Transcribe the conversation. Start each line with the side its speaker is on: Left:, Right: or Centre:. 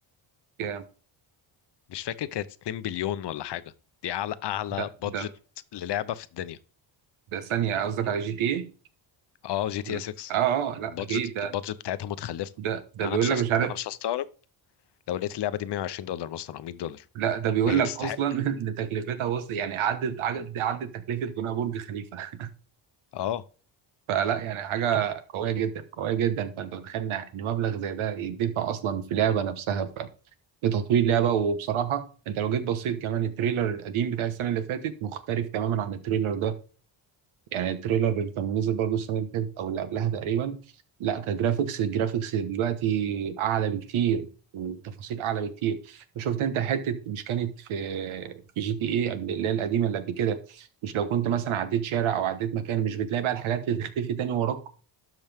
Right: يا،
Left: مش فاكر كانت 2 بليون ولا حاجه دي اعلى اعلى
Right: ده
Left: بادجت
Right: ده
Left: للعبه في الدنيا
Right: ده ثانية قصدك على جي تي ايه؟
Left: اه جي تي
Right: ولا-
Left: اس 6
Right: اه اه لا
Left: البادجت
Right: اكيد ده
Left: البادجت بتاعتها متخلفه
Right: ده ده
Left: يعني
Right: بيقول
Left: انا مش
Right: لك
Left: هست...
Right: مش عارف
Left: انا مش هستغرب لو لقيت اللعبه دي 120 دولار مثلا او 100 دولار
Right: لا ده بيقول
Left: هي
Right: لك
Left: تستحق
Right: اصلا <laughs> ان تكلفتها وصل يعني عدت عدت عدت تكلفه بناء برج خليفه <laughs>
Left: اه
Right: فلا يعني حاجه قويه جدا قويه جدا فانت متخيل ان مبلغ زي ده يدفع اصلا في لعبه نفسها لتطوير لعبة وبصراحة انت لو جيت بصيت كمان التريلر القديم بتاع السنة اللي فاتت مختلف تماما عن التريلر ده يعني التريلر اللي كان نزل برضه السنة اللي فاتت او اللي قبلها تقريبا لا كجرافيكس الجرافيكس دلوقتي اعلى بكتير والتفاصيل اعلى بكتير وشفت انت حتة مش كانت في في جي تي اي قبل اللي هي القديمة اللي قبل كده مش لو كنت مثلا عديت شارع او عديت مكان مش بتلاقي بقى الحاجات اللي تختفي تاني وراك